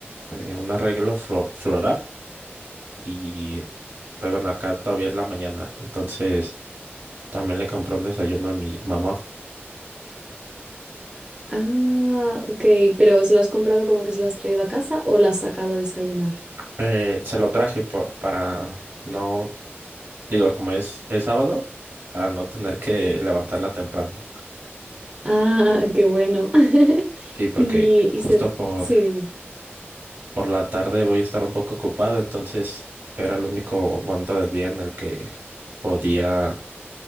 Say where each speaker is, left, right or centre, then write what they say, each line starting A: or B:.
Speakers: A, on the right; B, on the right.
A: eh, un arreglo flo- floral y pues bueno, acá todavía es la mañana, entonces también le compré un desayuno a mi mamá.
B: Ah, ok, pero ¿se las has comprado como que se las has traído a casa o las has sacado a desayunar?
A: Eh, se lo traje por- para no, digo, como es, es sábado, para no tener que levantarla temprano.
B: Ah, qué bueno. <laughs>
A: Sí, porque
B: Y,
A: justo
B: y se...
A: por,
B: Sí, dime.
A: por la tarde voy a estar un poco ocupado, entonces era el único momento del día en el que podía